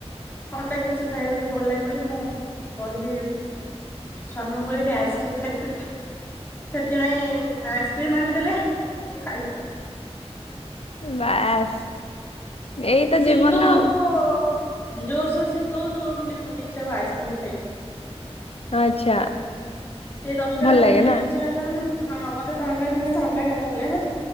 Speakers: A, on the left; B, on the left.
A: ଥଣ୍ଡା ଜିନିଷ ଖାଇବାକୁ ଟିକେ ଭଲ ଲାଗେ ବୋଲି ମୁଁ କହିଲି। ସ୍ୱାମୀ ଙ୍କୁ କହିଲି ଟିକେ ଆଇସକ୍ରିମ ଖାଇବି। ସେଥିପାଇଁ ଆଇସ୍କ୍ରିମ ଆଣିଦେଲେ ମୁଁ ଖାଇଦେଲି।
B: ବାସ୍। ଏଇ ତ
A: ଶୀତ
B: ଜୀବନ
A: ହଉଥିବ
B: ଆଉ
A: ଜୋରସୋର ଶୀତ ହଉଥିବ ମୁ ଟିକେ ମତେ ଇଚ୍ଛା ହବ ଆଇସ୍କ୍ରିମ ଟିକେ ଖାଇବି।
B: ଆଚ୍ଛା।
A: ସେ ଦଶଟା
B: ଭଲ
A: ରାତି
B: ଲାଗେ
A: ହେଲେ
B: ନା
A: ବି ଇଚ୍ଛା ହେଲାମାନେ ହଁ ମତେ ଥଣ୍ଡା ଦିନରେ ଥଣ୍ଡା ଖାଇବାକୁ ଭଲ ଲାଗେ ହେତ୍।